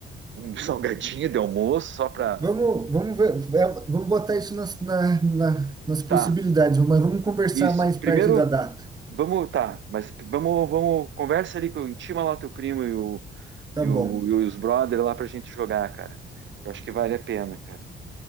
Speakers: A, on the right; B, on the right.
A: um <laughs> salgadinho de almoço só para
B: Vamos, vamos ver, é, vamos botar isso nas, na- na- nas possibilidades,
A: tá
B: mas vamos conversar
A: isso.
B: mais
A: Primeiro
B: perto da data.
A: vamos tá, mas vamos vamos conversa ali com intima lá o teu primo e o
B: Tá
A: e, o,
B: bom.
A: e os brother lá pra gente jogar, cara. Eu acho que vale a pena, cara.